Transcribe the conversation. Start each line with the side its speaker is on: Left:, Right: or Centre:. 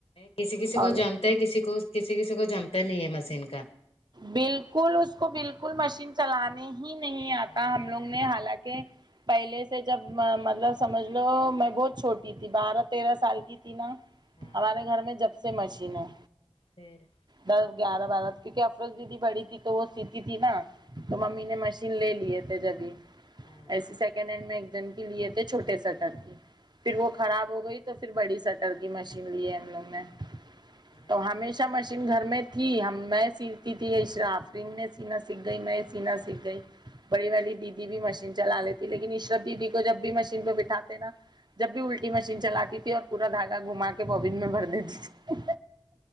Left: کسی کسی کو
Right: اور
Left: جمتا ہے کسی کو کسی کسی کو جمتا نہیں ہے مشین کا
Right: بالکل اس کو بالکل مشین چلانے ہی نہیں آتا
Left: ہاں
Right: ہم لوگ نے حالانکہ پہلے سے جب مطلب سمجھ لو میں بہت چھوٹی تھی بارہ تیرہ سال کی تھی نا
Left: ہاں
Right: ہمارے گھر میں جب سے مشین ہے
Left: پھر
Right: دس گیارہ بارہ کیونکہ افروز دیدی بڑی تھی تو وہ سیتی تھی نا تو ممی نے مش ین لے لیے تھے جبھی
Left: ہاں
Right: ایسے سیکنڈ ہینڈ میں ایک جن کی لیے تھے چھوٹے شٹر کی پھر
Left: ہاں
Right: وہ خراب ہو گئی تو پھر بڑی شٹر کی مشین لی ہے ہم لوگ نے
Left: نہیں
Right: تو ہمیشہ مشین گھر میں تھی ہم میں سیتی تھی یہ عشرا آفرین نے سینا سیکھ گئی میں سینا سیکھ گئی بڑی والی دیدی بھی مشین چلا لیتی لیکن عشرت دیدی کو جب بھی مشین پہ بٹھاتے نا جب بھی الٹی مشین چلاتی تھی اور پورا دھاگا گھما کے بابن میں بھر دیتی تھی